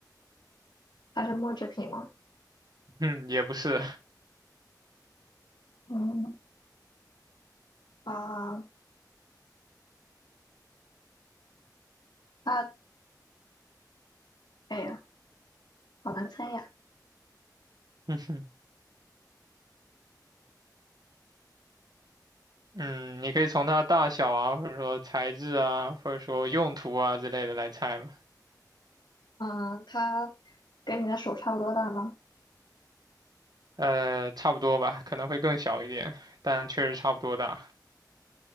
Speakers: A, on the left; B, on the right.
A: 它是木制品吗？
B: 嗯，也不是。
A: 嗯啊，啊！哎呀，好难猜呀。
B: <laughs> 嗯，你可以从它大小啊，或者说材质啊，或者说用途啊之类的来猜嘛。
A: 嗯，它跟你的手差不多大吗？
B: 呃，差不多吧，可能会更小一点，但确实差不多大。